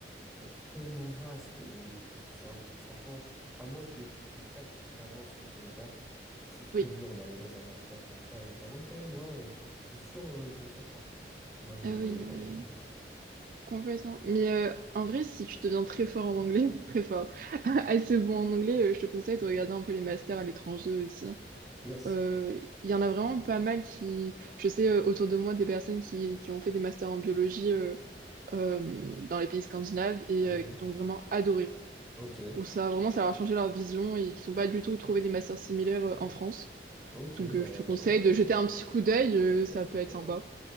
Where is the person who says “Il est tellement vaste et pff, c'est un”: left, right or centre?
Centre